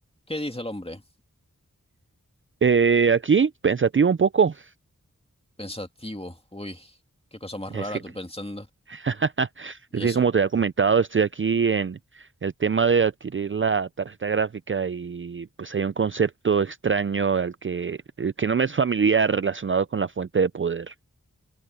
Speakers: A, on the left (about 20°); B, on the right (about 40°).
A: ¿Qué dice el hombre?
B: Eh, aquí, pensativo un poco.
A: Pensativo. Uy, qué cosa más
B: Es
A: rara
B: que,
A: tú pensando.
B: <laughs>
A: ¿Y
B: es que
A: eso?
B: como te había comentado, estoy aquí en el tema de adquirir la tarjeta gráfica y pues hay un concepto extraño al que, el que no me es familiar relacionado con la fuente de poder.